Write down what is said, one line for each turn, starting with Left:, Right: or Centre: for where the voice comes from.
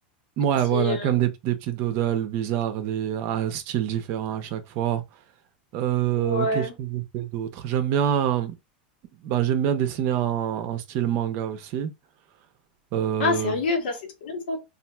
Right: ouais,
Left: des petits...
Right: voilà,
Left: euh,
Right: comme des, des petits doodles bizarres, des à styles différents à chaque fois. Euh,
Left: Ouais.
Right: qu'est-ce que je fais d'autre? J'aime bien, ben, j'aime bien dessiner en, en style manga aussi. Euh,
Left: Ah, sérieux, ça, c'est trop bien, ça.